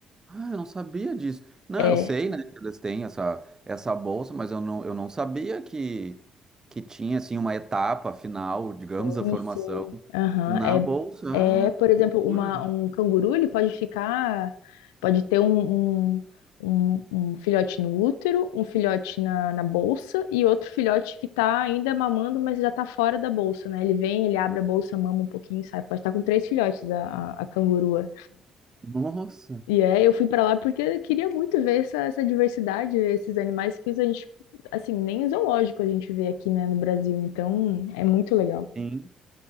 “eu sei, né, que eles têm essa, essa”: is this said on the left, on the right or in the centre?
Right